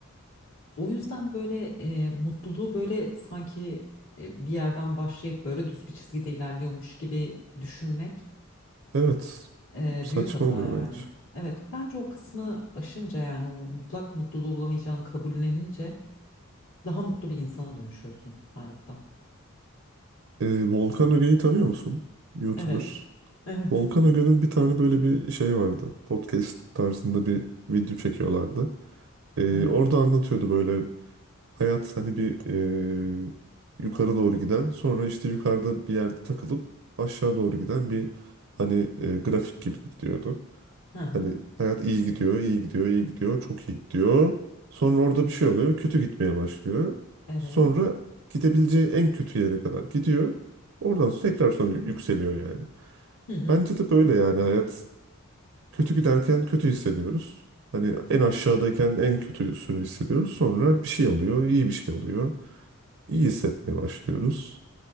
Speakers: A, on the left (about 60°); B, on the right (about 60°).
A: O yüzden böyle e, mutluluğu böyle sanki e, bir yerden başlayıp böyle düz bir çizgide ilerliyormuş gibi düşünmek
B: Evet.
A: e,
B: Saçma
A: büyük hata
B: oluyor
A: yani.
B: bence.
A: Evet bence o kısmı aşınca yani o mutlak mutluluğu bulamayacağını kabullenince daha mutlu bir insana dönüşüyorsun hayatta.
B: Ee, Volkan Öge'yi tanıyor musun? YouTuber.
A: Evet. Evet.
B: Volkan
A: <laughs>
B: Öge'nin bir tane böyle bir şey vardı. Podcast tarzında bir video çekiyorlardı. Ee,
A: Evet.
B: orada anlatıyordu böyle hayat hani bir e, yukarı doğru giden sonra işte yukarıda bir yerde takılıp aşağı doğru giden bir hani e, grafik gibidir diyordu.
A: Hı hı.
B: Hani hayat iyi gidiyor, iyi gidiyor, iyi gidiyor, çok iyi gidiyor. Sonra orada bir şey oluyor, kötü gitmeye başlıyor.
A: Evet.
B: Sonra gidebileceği en kötü yere kadar gidiyor. Oradan sonra tekrar sonra yü- yükseliyor yani.
A: Hı hı.
B: Bence de böyle yani hayat kötü giderken kötü hissediyoruz. Hani en aşağıdayken en kötüsünü hissediyoruz. Sonra bir şey oluyor, iyi bir şey oluyor. İyi hissetmeye başlıyoruz.